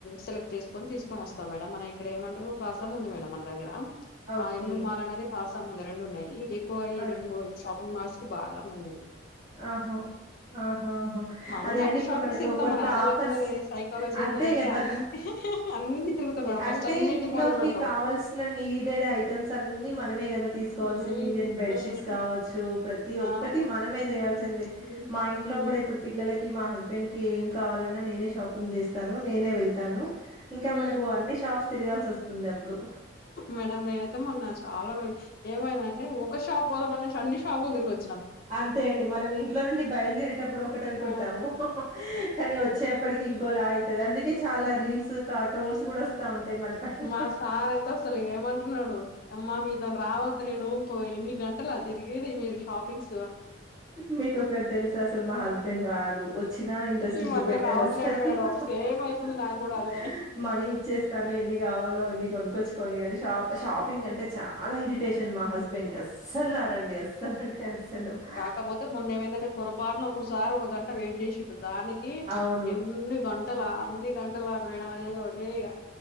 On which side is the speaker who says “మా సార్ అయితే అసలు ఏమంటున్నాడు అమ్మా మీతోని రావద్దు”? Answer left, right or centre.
Left